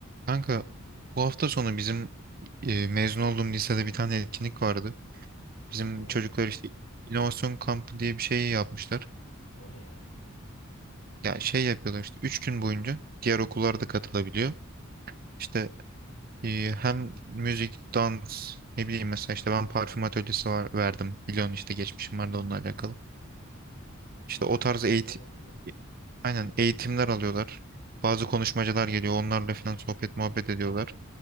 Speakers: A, on the right; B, on the left.
A: Kanka bu hafta sonu bizim e, mezun olduğum lisede bir tane etkinlik vardı. Bizim
B: Ee,
A: çocuklar işte inovasyon kampı diye bir şey yapmışlar.
B: o ne ya?
A: Ya şey yapıyorlar işte 3 gün boyunca diğer okullar da katılabiliyor. İşte e, hem müzik, dans ne bileyim mesela işte ben parfüm atölyesi var, verdim. Biliyorsun işte geçmişim vardı
B: Hı hı.
A: onunla alakalı.
B: Güzel
A: İşte o tarz
B: güzel
A: eğitim,
B: bir şeye benziyor.
A: aynen eğitimler alıyorlar. Bazı konuşmacılar geliyor onlarla falan sohbet muhabbet ediyorlar.